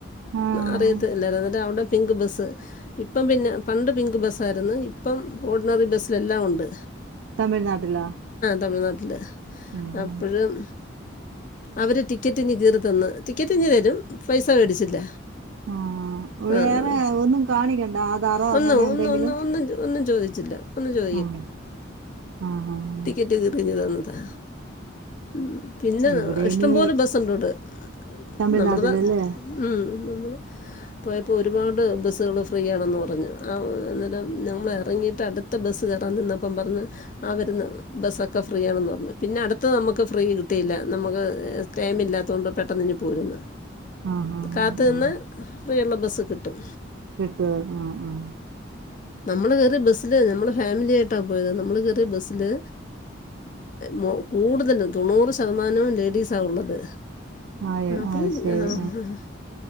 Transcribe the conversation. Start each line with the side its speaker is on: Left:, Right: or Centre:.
Right: ആഹ്
Left: അറിയത്തില്ലായിരുന്നു അന്നേരം അവിടെ പിങ്ക് ബസ്സ് ഇപ്പം പിന്നെ പണ്ട് പിങ്ക് ബസ്സായിരുന്നു ഇപ്പം ഓട് ഓടിനറിബസ്സിലെല്ലാം ഉണ്ട്
Right: തമിഴ്നാട്ടിലാ
Left: തമിഴ്നാട്ടില്
Right: ആഹ്
Left: അപ്പ് അപ്പോഴും അവര് ടിക്കറ്റിങ്ങ് കീറി തന്ന് ടിക്കറ്റിങ്ങ് തരും പൈസ വേടിച്ചില്ല
Right: ആഹ് വേറെ
Left: ആഹ്
Right: ഒന്നും കാണിക്കണ്ട ആധാറോ
Left: ഒന്ന്
Right: അങ്ങനെ
Left: ഒന്ന്
Right: എന്തെങ്കിലും
Left: ഒന്ന് ഒന്നും ഒന്നു ചോ ചോതി ചില്ല ഒന്നും ചോ
Right: ആഹ് ആഹ് ആഹ്
Left: ടിക്കറ്റ് കീറി ഇങ്ങ് തന്നതാ മ് പിന്നെ
Right: ഇവിടെ
Left: ഇഷ്ടംപോലെ
Right: ഇനി
Left: ബസുണ്ട് അവിടെ
Right: തമിഴ്നാട്ടിലല്ലേ
Left: നമ്മടതാ മ് പോയപ്പോ ഒരുപാട് ബസ്സുകള് ഫ്രീയാണെന്ന് പറഞ്ഞു ആ അന്നേരം ഞങ്ങള് എറങ്ങിയിട്ട് അടുത് ത്തെ ബസ്സ് കെറാൻ നിന്നപ്പം പറഞ്ഞു ആ വരുന്ന ബസ്സൊക്കെ ഫ്രീ ആണെന്ന് പറഞ്ഞു പിന്നെ അടുത്ത ത്ത് നമക്ക് ഫ്രീ കിട്ടിയില്ല നമുക്ക് ടൈം ഇല്ലാത്തൊണ്ട് പെട്ടെന്ന് ഇങ്ങ് പോരുന്നു
Right: ആഹ് ആഹ്
Left: കാത്ത് നിന്ന്
Right: ആഹ്
Left: ഫ്രീയുള്ള ബസ്സ് കിട്ടും
Right: ട്ട് ആഹ് ആഹ് ആഹ്
Left: നമ്മള് കേറിയ ബസ്സില് നമ്മള് ഫാമിലിയായിട്ടാ പോയത് നമ്മള് കേറിയ ബസ്സില് മ് കൂടുതലും തൊണ്ണൂറ് ശതമാനവും ലേഡീസാ ഉള്ളത്
Right: ആഹ്
Left: ആപ്പിൽ
Right: ആഹ് അത് ശരി
Left: ആഹ് ആഹ്